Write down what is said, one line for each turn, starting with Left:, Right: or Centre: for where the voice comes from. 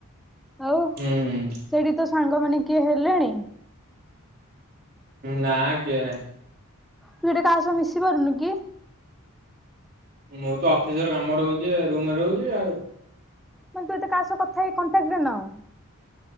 Centre: ଆଉ
Right: ହୁଁ।
Centre: ସେଇଠି ତ ସାଙ୍ଗମାନେ କିଏ ହେଲେଣି?
Right: ନା କିଏ ନାହିଁ।
Centre: ତୁ ଏଠି କାହା ସହ ମିଶି ପାରୁନୁ କି?
Right: ମୁଁ ତ ଅଫିସ ର କାମ ରହୁଛି ରୁମରେ ରହୁଛି ଆଉ।
Centre: ତାହାଲେ ତୁ ଏତେ କାହା ସହ କଥା ହେଇ କଣ୍ଟାକ୍ଟ ରେ ନାହୁଁ।